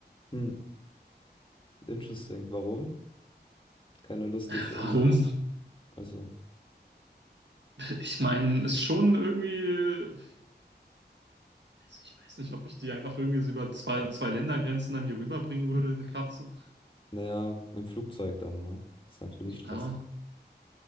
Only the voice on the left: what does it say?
Hm, interesting. Warum? Keine Lust,
dich um, also,
naja, im Flugzeug dann, ne? Ist natürlich
stressig.